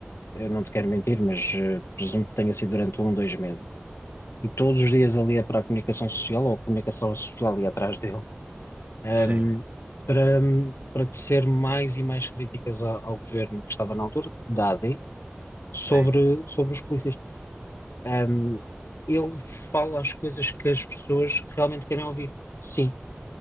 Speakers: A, on the right; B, on the left.
A: Uhum.
B: eu não te quero mentir, mas eh, presumo que tenha sido durante um, dois meses. E todos os dias ali é para a comunicação social, ou a comunicação social ali atrás dele, ehm,
A: Sim,
B: para, para tecer mais e mais críticas ao, ao governo que estava na altura, da AD,
A: sim,
B: sobre, sobre os polícias. Ehm, ele fala as coisas que as pessoas realmente querem ouvir. Sim,